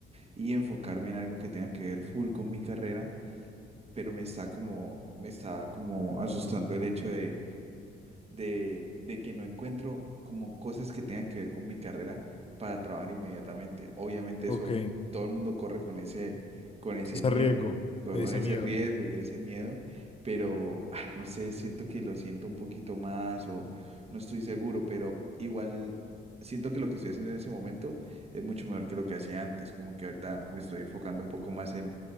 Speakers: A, on the right (about 30°); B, on the left (about 30°).
A: y enfocarme en algo que tenga que ver full con mi carrera, pero me está como, me está como asustando el hecho de de, de que no encuentro como cosas que tengan que ver con mi carrera para trabajar inmediatamente. Obviamente
B: Ok,
A: eso, todo el mundo corre con ese, con ese
B: ese
A: miedo,
B: riesgo,
A: co-
B: ese
A: con ese
B: miedo.
A: riesgo y ese miedo, pero ah, no sé, siento que lo siento un poquito más o no estoy seguro, pero igual siento que lo que estoy haciendo en ese momento es mucho mejor que lo que hacía antes, como que ahorita me estoy enfocando un poco más en,